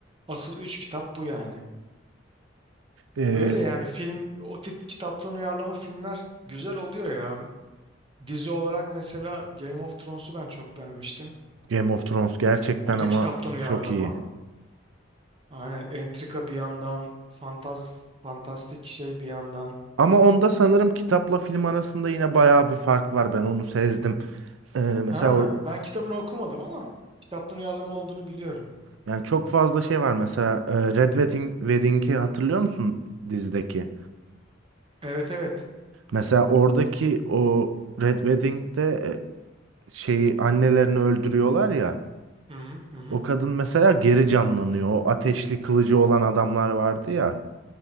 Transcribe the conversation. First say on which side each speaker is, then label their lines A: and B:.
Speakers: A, on the right (about 30°); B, on the right (about 85°).
A: Asıl üç kitap bu yani.
B: Ee,
A: Öyle yani film o tip kitaptan uyarlama filmler güzel oluyor ya. Dizi olarak mesela Game of Thrones'u ben çok beğenmiştim.
B: Game of Thrones gerçekten
A: O
B: ama
A: da kitaptan uyarlama.
B: çok iyi.
A: Aynen entrika bir yandan, fantaz fantastik şey bir yandan.
B: Ama onda sanırım kitapla film arasında yine bayağı bir fark var. Ben onu sezdim. Ee, mesela
A: Ha,
B: o-
A: ben kitabını okumadım ama kitaptan uyarlama olduğunu biliyorum.
B: yani çok fazla şey var. Mesela e, Red Wedding, Wedding'i hatırlıyor musun dizideki?
A: Evet evet.
B: Mesela oradaki o Red Wedding'de e, şeyi annelerini öldürüyorlar ya.
A: Hı hı hı. hı.
B: O kadın mesela geri canlanıyor. O ateşli kılıcı olan adamlar vardı ya.